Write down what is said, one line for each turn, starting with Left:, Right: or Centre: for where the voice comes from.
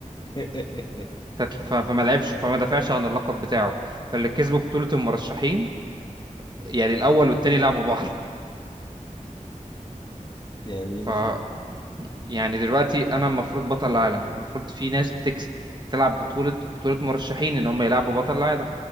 Left: <laughs>
Right: فت- ف... فما لعبش فما دافعش عن اللقب بتاعه فاللي كسبوا بطوله المرشحين يعني الاول والتاني لعبوا بعض
Left: يعني ايه
Right: ف
Left: مش فاهم
Right: يعني دلوقتي انا المفروض بطل العالم المفروض في ناس بتكس... بتلعب بطولة بطولة مرشحين ان هم يلعبوا بطل العالم